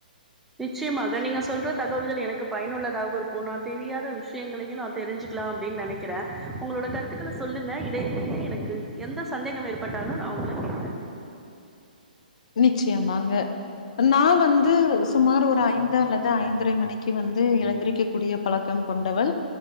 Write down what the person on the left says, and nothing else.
நிச்சியமாங்க நா வந்து சும்மார் ஒரு ஐந்து அல்லது ஐ ந்தரை மணிக்கு வந்து எழுந்திரிக்க கூடிய பழக்கம் கொண்டவள்